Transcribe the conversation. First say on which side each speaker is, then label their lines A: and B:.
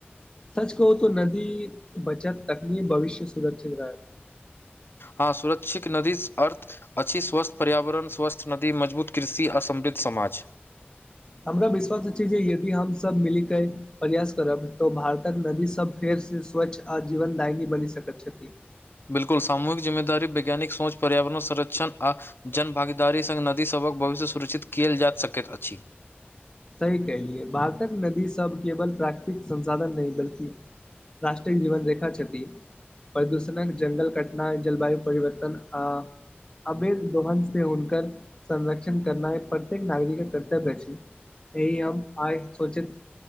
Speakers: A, on the left (about 20°); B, on the left (about 65°).
A: सच कहू तो नदी बचत तखनीये भविष्य सुरक्षित रहत
B: हँ सुरक्षित नदीसँ अर्थ अछि स्वस्थ्य पर्यावरण स्वस्थ नदी मजबूत कृषि आ समृद्ध समाज '
A: हमरा विश्वास अछि जे यदि हम सब मिली के प्रयास करब तऽ भारतक नदी सब फेर से स्वच्छ आ जीवनदायनी बैन सकत छथि
B: बिल्कुल सामूहिक जिम्मेदारी वैज्ञानिक सोच पर्यावरण संरक्षण आ जन भागीदारी संग नदीसभक भविष्य सुरक्षित कियेल जाइत सकैत अछि
A: सही कलियै भारतक नदी सब केवल प्राकृतिक संसाधन नहि बल्कि राष्ट्रिक जीवन रेखा छथि प्रदूषणक जंगल कटनाइ जलवायु परिवर्तन आ अवैध गोहन से हुनकर संरक्षण करनाइ प्रत्येक नागरिकक कर्तव्य अछि यही हम आइ सोचैत